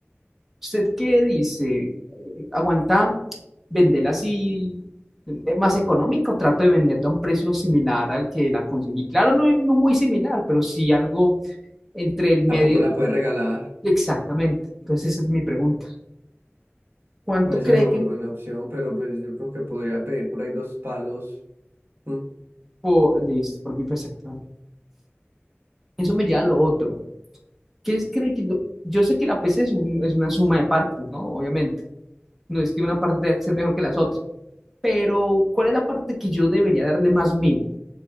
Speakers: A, in the centre; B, on the right.
A: ¿Usted qué dice? Eh, ¿Aguanta venderla así eh, más económico? Trato de venderla a un precio similar al que la conseguí. Claro, no, no muy similar, pero sí algo entre el medio.
B: Tampoco la puede regalar,
A: Exactamente. Entonces esa es mi pregunta. ¿Cuánto
B: puede ser
A: cree
B: una
A: que
B: muy buena opción, pero pues yo creo que podría pedir por ahí dos palos mm,
A: por, listo, por mi pez actual? Eso me lleva a lo otro. ¿Qué es- cree que lo- yo sé que la PC es, un- es una suma de partes, ¿no? Obviamente. No es que una parte tenga que ser mejor que las otras. Pero, ¿cuál es la parte que yo debería darle más mimo